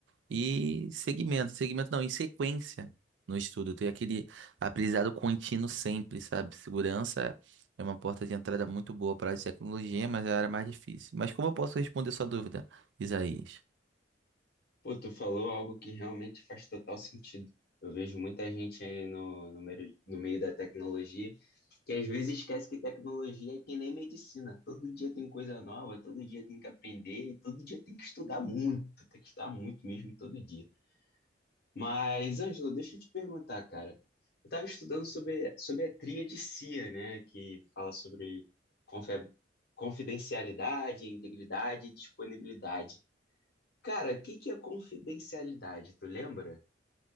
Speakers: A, on the right; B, on the left.
A: E segmento, segmento não, em sequência no estudo, ter aquele aprendizado contínuo sempre, sabe? Segurança é uma porta de entrada muito boa para a área de tecnologia, mas é a área mais difícil. Mas como eu posso responder sua dúvida, Isaías?
B: Pô, tu falou algo que realmente faz total sentido. Eu vejo muita gente aí no, no, meio, no meio da tecnologia que às vezes esquece que tecnologia é que nem medicina. Todo dia tem coisa nova, todo dia tem que aprender, e todo dia tem que estudar muito, tem que estudar muito mesmo todo dia. Mas, Ângelo, deixa eu te perguntar, cara. Eu estava estudando sobre, sobre a tríade CIA, né, que fala sobre confia- confidencialidade, integridade e disponibilidade. Cara, o que que é confidencialidade? Tu lembra?